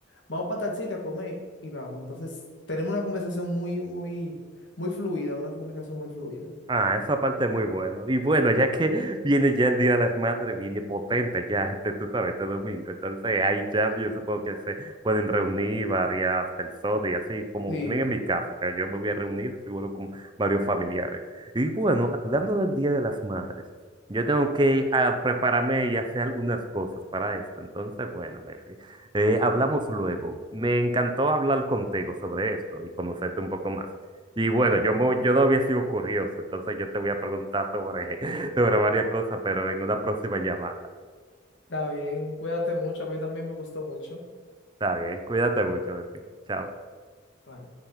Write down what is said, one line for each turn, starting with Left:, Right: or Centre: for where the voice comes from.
Left: vamos para tal sitio a comer y vamos. Entonces tenemos una conversación muy, muy, muy fluida, una comunicación muy fluida.
Right: Ah, esa parte es muy bueno. Y bueno, ya que <laughs> viene ya el Día de las Madres, viene potente ya <laughs> este, tú sabes, este domingo. Entonces ahí ya yo supongo que se pueden reunir varias personas y así, como
Left: Sí,
Right: también en mi casa, que yo me voy a reunir seguro con varios familiares. Y bueno, hablando del Día de las Madres, yo tengo que ah, prepararme y hacer algunas cosas para esto. Entonces, bueno, Mefi, eh, hablamos luego. Me encantó hablar contigo sobre esto y conocerte un poco más. Y bueno,
Left: ok. <laughs>
Right: yo, mo- yo no había sido curioso, entonces yo te voy a preguntar sobre, <laughs> sobre varias cosas, pero en una próxima llamada.
Left: Está bien, cuídate mucho, a mí también me gustó mucho.
Right: Está bien, cuídate mucho, bebé. Chao.
Left: Bye.